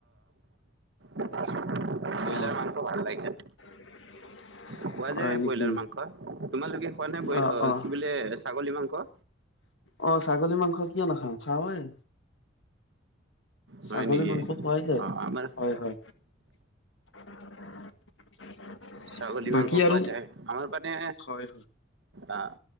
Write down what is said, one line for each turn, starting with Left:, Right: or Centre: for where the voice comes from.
Right: ব্ৰইলাৰ
Left: অ',
Right: ম বৰ ভাল লাগিলে।
Left: <unintelligible>
Right: খোৱা
Left: হয়
Right: যায়
Left: নেকি?
Right: ব্ৰইলাৰ মাংস, তোমালোকে খোৱা নে
Left: অ', অ',
Right: কি বোলে ছাগলী মাংস?
Left: অ' ছাগলী মাংস কিয় নাখাওঁ খাওঁয়েই।
Right: হয়
Left: ছাগলী
Right: নেকি?
Left: মাংস খোৱাই যায়,
Right: অ' আমাৰ
Left: হয় হয়। <unintelligible>
Right: ছাগলী
Left: বাকী
Right: মাংস
Left: আৰু
Right: খোৱা যায়, আমাৰ পিনে
Left: হয়, হয়,
Right: অ'